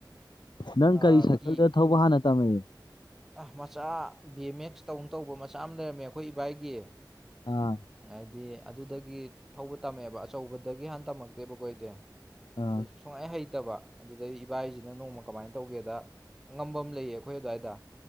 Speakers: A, on the left; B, in the centre.
A: ꯅꯪ
B: ꯑꯥ
A: ꯀꯔꯤ ꯁꯥꯏꯀꯜꯗ
B: ꯀꯤ
A: ꯊꯧꯕ ꯍꯥꯟꯅ ꯇꯝꯃꯦ
B: ꯑꯥꯍ ꯃꯆꯥ ꯕꯤ ꯑꯦꯝ ꯑꯦꯁ ꯇꯧꯅ ꯇꯧꯕ ꯃꯆꯥ ꯑꯃ ꯂꯩꯔꯝꯃꯦ ꯑꯩꯈꯣꯏ ꯏꯕꯥꯏꯒꯤ
A: ꯑꯥ
B: ꯍꯥꯏꯗꯤ ꯑꯗꯨꯗꯒꯤ ꯊꯧꯕ ꯇꯝꯃꯦꯕ ꯑꯆꯧꯕꯗꯒꯤ ꯍꯥꯟ ꯇꯝꯃꯛꯇꯦꯕ ꯀꯣ ꯑꯩꯗꯤ
A: ꯑꯥ
B: ꯑꯗꯨ ꯁꯨꯡꯍꯩ ꯍꯩꯇꯕ ꯑꯗꯨꯗꯩ ꯏꯕꯥꯏꯖꯤꯅ ꯅꯣꯡꯃ ꯀꯃꯥꯏꯅ ꯇꯧꯒꯦꯗ꯫ ꯑꯉꯝꯕ ꯑꯃ ꯂꯩꯌꯦ ꯑꯩꯈꯣꯏ ꯑꯗꯨ꯭ꯋꯥꯏꯗ꯫